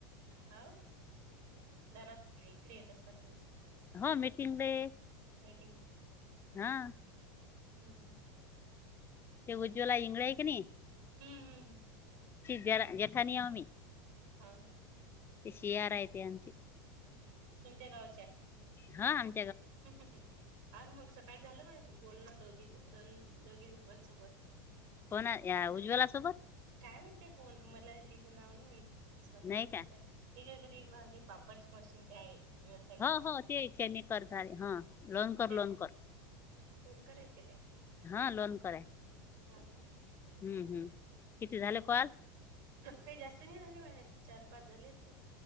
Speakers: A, on the right (about 55°); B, on the left (about 20°).
A: हा दनापुरले इकडे येत असाल तुम्ही
B: हो मिटिंगले
A: मीटिंग
B: हा
A: हम्म हम्म
B: ते उज्वला इंगळे आहे की नाही
A: हम्म हम्म हम्
B: जरा जेठा निम्ही
A: हा ना
B: ते शिआरऐते आची
A: तुमच्या गावच्या.
B: हा आम
A: हम् अ मग सकाळी झालं म बोल ना दोघी द दोघी ज सव
B: कोण या उज्वला सोबत
A: काय माितते कोण मला सीच नाव नाही मा संध्याळच
B: नाही का
A: त्याच्या घरी हे पापडची मशीन ते आहेत व्यवसाय
B: हो
A: करतात
B: हो ते <inaudible> करतालेे हा लोन कर
A: त्यात
B: लोन कर
A: फोन करायत का ते
B: हा लोन करे
A: हव ना
B: हम्म हम्म किती झाले कॉल
A: काही जास्त नाही झाले मला चार पाच झाले असतील